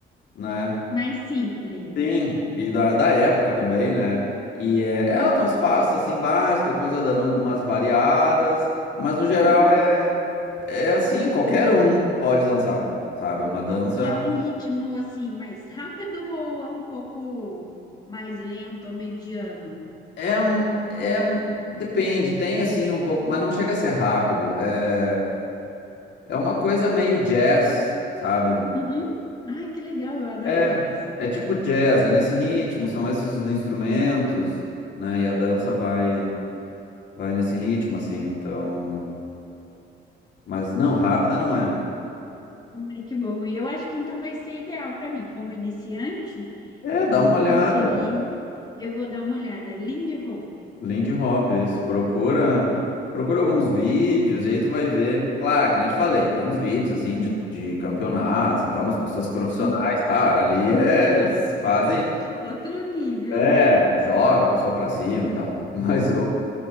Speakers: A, on the left; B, on the left.
A: né?
B: Mais simples.
A: Sim, e da, da época também, né? E é, ela tem uns passos, assim, básicos, depois vai dando umas variadas, mas no geral
B: Uhum.
A: é, é assim, qualquer um pode dançar, sabe? É uma dança.
B: E é um ritmo assim mais rápido ou é um pouco mais lento ou mediano?
A: É, um- é, um- depende, tem assim um pouco, mas não chega a ser rápido. É, é uma coisa meio jazz, sabe?
B: Uhum. Ai, que legal, eu adoro
A: É,
B: jazz.
A: é tipo jazz, é nesse ritmo, são esses os instrumentos, né? E a dança vai, vai nesse ritmo, assim. Então, mas não, rápida não é.
B: Ai, que bom. E eu acho que então vai ser ideal para mim. Como iniciante,
A: É, dá
B: eu
A: uma
B: vou
A: olhada.
B: conseguir. Eu vou dar uma olhada. Lindy Hop.
A: Lindy Hop, isso. Procura,
B: Hop.
A: procura alguns vídeos e aí tu vai ver. Claro, que nem eu te falei, tem uns vídeos assim de, de campeonatos, então umas pessoas profissionais,
B: Uhum.
A: claro, ali é, eles fazem,
B: Outro nível,
A: é,
B: né?
A: joga a pessoa pra cima e tal. Mas o,